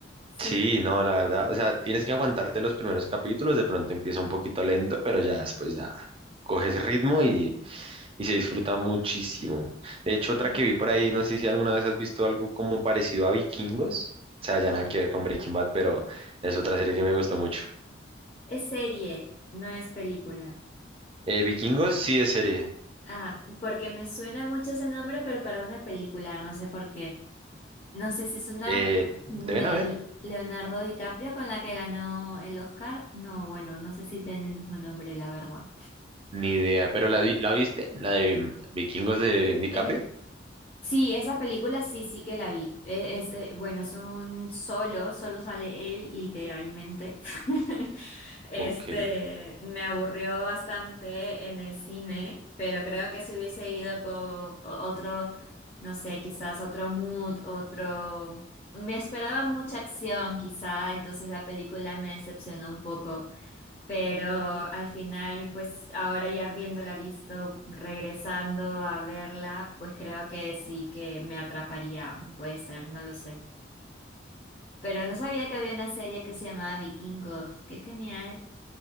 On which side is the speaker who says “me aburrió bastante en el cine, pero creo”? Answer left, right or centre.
Left